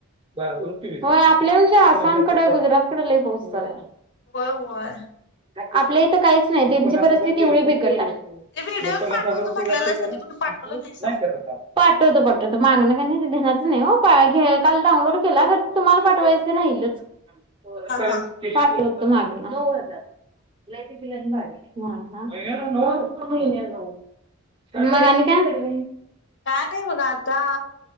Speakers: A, on the right; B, on the left.
A: होय आपल्या पेक्षा आसामकडं, गुजरातकडं लय पाऊस हाय.
B: होय होय
A: आपल्या इथं कायच नाय, त्यांची परिस्तिती इवडी बिकटंय.
B: ते व्हिडिओ
A: मग पन्नास
B: पाठवतो
A: हजार रुपये
B: म्हटलेलासा
A: लागते त्याला.
B: ते कुठे पाठवलं
A: नाही
B: नाहीसा.
A: केलं काम. पाठवतो पाठवतो, मागनं कनाय ते ध्येनातच नाय आ. घे. काल डाऊनलोड केलं खरं तुम्हाला पाठवायचं राहीलं. पाटवतो
B: हा हा.
A: मागनं. <unintelligible> मग आणि काय? <unintelligible>
B: काय नाही बघा आता